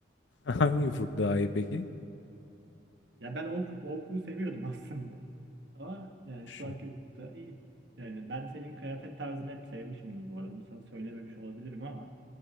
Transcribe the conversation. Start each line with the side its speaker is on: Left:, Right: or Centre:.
Left: <laughs> hangi ufuk daha iyi peki?
Right: Ya ben o, uf- o ufuğu seviyordum aslında. Ama yani
Left: Şu,
Right: şu anki
Left: şu-
Right: hukukta iyi. Yani ben senin kıyafet tarzını hep sevmişimdir bu arada. Bunu sana söylememiş olabilirim ama